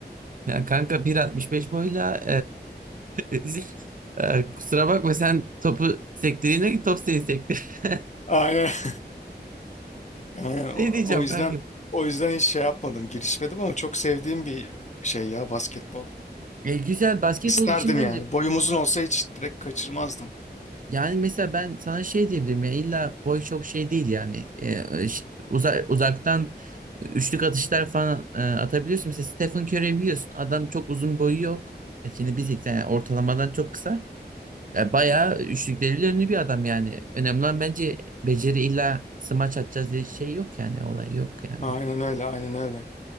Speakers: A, on the right; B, on the left.
A: ya kanka 1.65 boyla e, <laughs> e, kusura bakma sen topu sektirdiğine ki top seni sektir. <laughs>
B: Aynen. <laughs> Yani o,
A: Ne diyeceğim
B: o yüzden
A: kanka?
B: o yüzden hiç şey yapmadım, girişmedim ama çok sevdiğim bir şey ya basketbol.
A: E, güzel basketbol
B: İsterdim
A: için bence
B: yani. Boyum uzun olsa hiç direkt kaçırmazdım.
A: Yani mesela ben sana şey diyebilirim ya illa boy çok şey değil yani Ee, ş- uza- uzaktan üçlük atışlar falan e, atabiliyorsun. Mesela Stephen Curry'i biliyorsun adam çok uzun boyu yok. E şimdi 1.80 yani ortalamadan çok kısa. E, bayağı üçlükleriyle ünlü bir adam yani. Önemli olan bence beceri illa smaç atacağız diye şey yok yani olay yok yani.
B: Aynen öyle, aynen öyle.